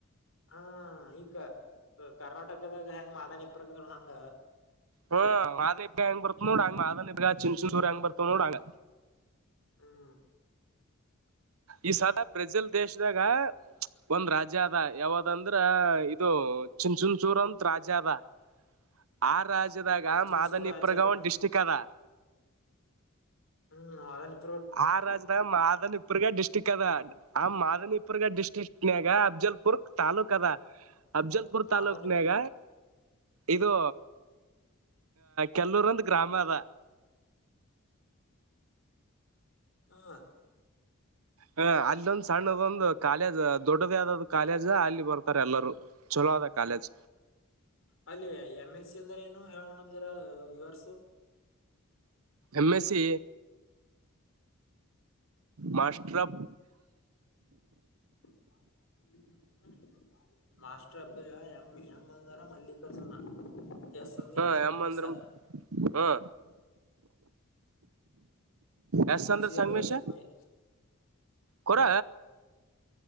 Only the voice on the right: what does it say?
ಹ್ಮ <unintelligible> ಹೆಂಗ್ ಬರ್ತವ ನೋಡ ಹಂಗ <unintelligible> ಚಿನ್ಚಿನ್ಚೂರ್ ಹೆಂಗ್ ಬರ್ತವ ನೋಡಂಗ
ಈ ಸದ ಬ್ರೆಜಿಲ್
ದೇಶದಾಗ ಒಂದ್ ರಾಜ್ಯ ಅದ ಯಾವ್ದಂದ್ರ ಇದು ಚಿನ್ಚುನ್ಚೂರ್ ಅಂತ ರಾಜ್ಯ ರಾಜ್ಯ ಅದ ಆ ರಾಜ್ಯದಾಗ
ಮಾದನಿಪುರಗ
ಒಂದು ಡಿಸ್ಟ್ರಿಕ್ ಅದ
ಆ ರಾಜದ ಮಾದನಿಪುರ್ಗ ಡಿಸ್ಟ್ರಿಕ್ ಕದಾ ಆ ಮಾದನಿಪುರ್ಗ ಡಿಸಟ್ರಿಕ್ಟ್ ನಾಗ ಅಫಜಲ್ಪುರ್ ತಾಲೂಕ ಅದಾ ಅಫಜಲ್ಪುರ್
ತಾಲೂಕ್ನಾಗ ಇದು ಕೆಲೂರ್ ಒಂದ ಗ್ರಾಮ ಆದ
ಹ ಅಲೊಂದು ಸಣ್ಣದೊಂದು ಕಾಲೇಜ್ ದೊಡ್ಡ ದೊಡದೇ ಆದ್ ಕಾಲೇಜ್ ಅಲ್ಲಿ ಬರ್ತಾರೆ ಎಲ್ಲರೂ ಚಲೋ ಆದ ಕಾಲೇಜ್
M S C master of
ಹ
ಎಮ್ ಅಂದ್ರ ಹ ಎಸ್
ಅಂದ್ರ ಸಂಗಮೇಶ
ಕೊರ